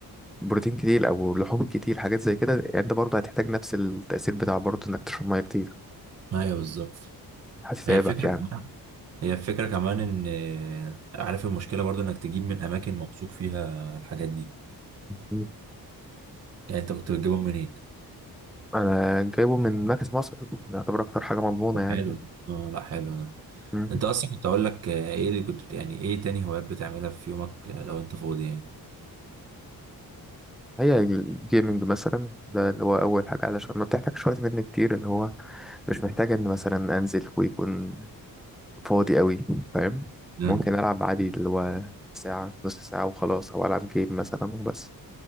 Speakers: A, in the centre; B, on the right.
A: بروتين كتير او لحوم كتير حاجات زي كده انت برضه هتحتاج نفس التاثير بتاع برضه انك تشرب ميه كتير
B: ايوه بالظبط
A: هتتعبك
B: هي فكره
A: يعني
B: هي الفكرة كمان ان آه، عارف المشكلة برضو انك تجيب من اماكن موثوق فيها الحاجات دي
A: مم.
B: يعني انت كنت بتجيبهم منين
A: انا جايبه من مركز مصر يعتبر اكتر حاجه مضمونه
B: طب
A: يعني
B: حلو ده آه لا حلو ده
A: مم.
B: انت اصلا كنت اقول لك آه، ايه اللي كنت يعني ايه تاني هوايات بتعملها في يومك لو انت فاضي يعني
A: هي الجيمنج مثلا ده اللي هو أول حاجة علشان ما بتحتاجش وقت مني كتير اللي هو مش محتاج إن مثلا أنزل ويكون فاضي قوي فاهم
B: مم.
A: ممكن ألعب عادي اللي هو ساعة نص ساعة وخلاص أو ألعب جيم مثلا وبس